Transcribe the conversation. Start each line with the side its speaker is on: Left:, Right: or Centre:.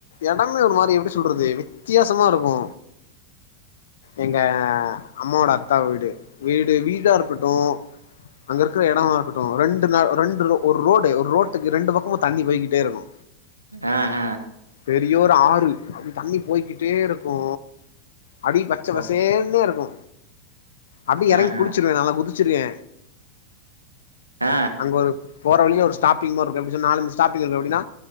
Left: எடமே ஒரு மாரி எப்டி சொல்றது வித்தியாசமா இருக்கு எங்க அம்மாவோட அத்தா வீடு வீடு வீடா இருக்கட்டு அங்க இருக்குற எடமா இருக்கட்டு ரெண்டு நாள் ஃப்ரெண்டு ரோ ஒரு ரோடு ஒரு ரோட்டுக்கு ரெண்டு பக்கமு தண்ணி போய்கிட்டே இருக்கு
Right: ஆ ஹ
Left: பெரிய ஒரு ஆறு அப்டி தண்ணி போய்கிட்டே இருக்கு அப்டி பச்ச பசேன்னே
Right: ஓகே.
Left: இருக்கு அப்டியே எறங்கி
Right: ஆஹ.
Left: குளுச்சிருவ நாலா குதிச்சிருவே
Right: ஆ
Left: அங்க ஒரு போற வழியில ஒரு ஸ்டாப்பிங் மாரி இருக்கு எப்டி சொல் நாலஞ்சு ஸ்டாப்பிங் இருக்கு அப்டினா